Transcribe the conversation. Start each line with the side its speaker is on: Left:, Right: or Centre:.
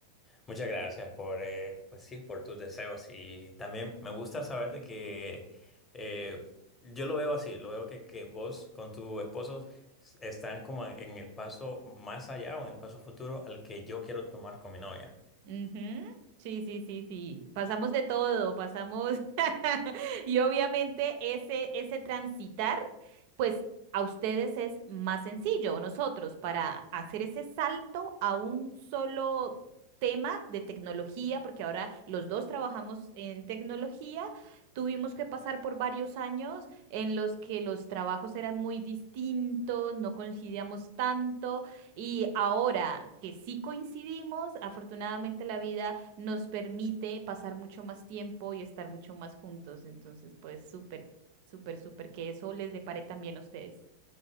Left: Muchas gracias por, eh, pues sí, por tus deseos y también me gusta saber de que eh, yo lo veo así, lo veo que, que vos con tu esposo s- están como en en el paso más allá o en el paso futuro al que yo quiero tomar con mi novia.
Right: Ujú. Sí, sí, sí, sí. Pasamos de todo, pasamos. <laughs> Y obviamente ese, ese transitar, pues a ustedes es más sencillo, nosotros, para hacer ese salto a un solo tema de tecnología, porque ahora los dos trabajamos en tecnología, tuvimos que pasar por varios años en los que los trabajos eran muy distintos, no coincidíamos tanto. Y ahora que sí coincidimos, afortunadamente la vida nos permite pasar mucho más tiempo y estar mucho más juntos. Entonces, pues súper, súper, súper que eso les depare también a ustedes.